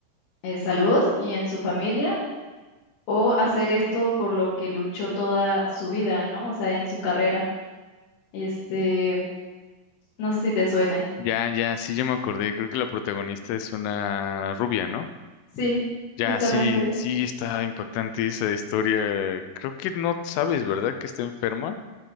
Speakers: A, on the left; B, on the left.
A: eh, salud y en su familia o hacer esto por lo que luchó toda su vida, ¿no? O sea, en su carrera. Este, no sé si te suene.
B: Ya, ya, sí, ya me acordé. Creo que la protagonista es una rubia, ¿no?
A: Sí,
B: Ya,
A: justamente.
B: sí, sí está impactante esa historia. Creo que no sabes, ¿verdad? Que está enferma,